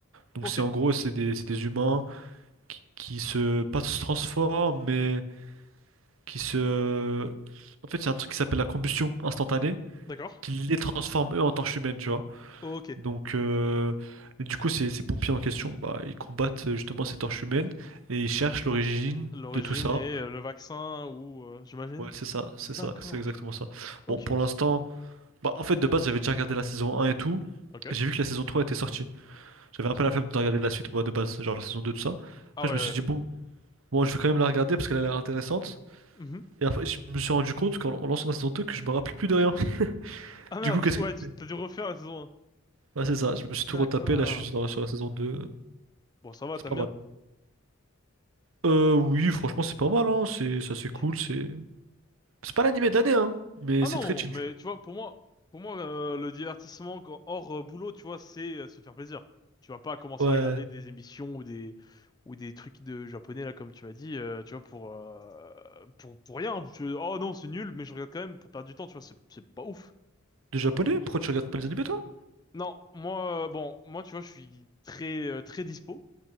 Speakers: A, on the right (about 85°); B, on the left (about 20°).
A: Donc
B: Ok,
A: c'est en gros c'est des, c'est des humains qui, qui se pas se transforment mais qui se en fait il y a un truc qui s'appelle la combustion instantanée
B: d'accord.
A: qui les transforme eux en torches humaines tu vois.
B: Ok.
A: Donc euh, et du coup ces, ces pompiers en question bah ils combattent euh, justement ces torches humaines et ils cherchent l'origine
B: L'origine
A: de tout ça.
B: et euh, le vaccin ou euh, j'imagine?
A: Ouais c'est ça c'est
B: D'accord.
A: ça c'est exactement ça.
B: Ok.
A: Bon pour l'instant bah en fait de base j'avais déjà regardé la saison un et tout.
B: Ok.
A: J'ai vu que la saison 3 était sortie. J'avais un peu la flemme de regarder la suite moi de base genre la saison 2 tout ça.
B: Ah
A: Après
B: ouais.
A: je me suis dit bon Bon, je vais quand même la regarder parce qu'elle a l'air intéressante.
B: ouais. Mhm.
A: Et après, je me suis rendu compte qu'en en lançant la saison 2, que je me rappelais plus de rien. <laughs>
B: Ah merde,
A: Du coup, qu'est-ce
B: du coup,
A: que
B: ouais,
A: tu
B: tu-
A: fais?
B: t'as dû refaire la saison 1.
A: Ah, c'est ça, je me suis
B: D'accord.
A: tout retapé. Là, je suis dans la- sur la saison 2.
B: Bon, ça va,
A: C'est
B: t'aimes
A: pas
B: bien.
A: mal. Euh, oui, franchement, c'est pas mal, hein. C'est ça, c'est
B: Ok.
A: cool. C'est c'est pas l'animé de l'année, hein. Mais
B: Ah
A: c'est
B: non,
A: très chill.
B: mais tu vois, pour moi, pour moi, euh, le divertissement quand- hors euh, boulot, tu vois, c'est euh, se faire plaisir. Tu vas pas commencer
A: Ouais.
B: à regarder des émissions ou des ou des trucs de japonais là, comme tu m'as dit, euh, tu vois, pour euh, pour pour rien. Tu- oh non, c'est nul, mais je regarde quand même pour perdre du temps, tu vois, c'est c'est pas ouf.
A: De japonais? Pourquoi tu regardes pas les animés, toi?
B: Non, moi, euh, bon, moi, tu vois, je suis très euh, très dispo